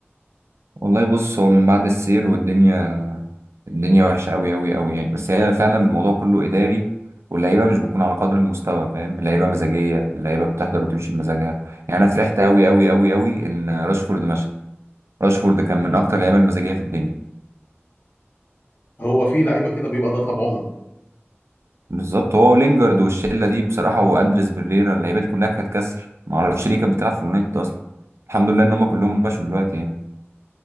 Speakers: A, on the right (about 75°); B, on the left (about 45°).
A: والله بص هو من بعد السير والدنيا الدنيا وحشة أوي أوي أوي يعني بس هي فعلا الموضوع كله إداري واللعيبة مش بتكون على قدر المستوى فاهم اللعيبة مزاجية اللعيبة بتحضر وتمشي بمزاجها يعني أنا فرحت أوي أوي أوي أوي إن راشفورد مشى راشفورد كان من أكتر اللعيبة المزاجية في الدنيا
B: هو في لعيبه كده بيبقى ده طبعهم
A: بالظبط هو ولينجارد والشلة دي بصراحة وأندريس بريرا اللعيبة دي كلها كانت كسر معرفش ليه كانت بتلعب في اليونايتد أصلا الحمد لله إن هما كلهم مشوا دلوقتي يعني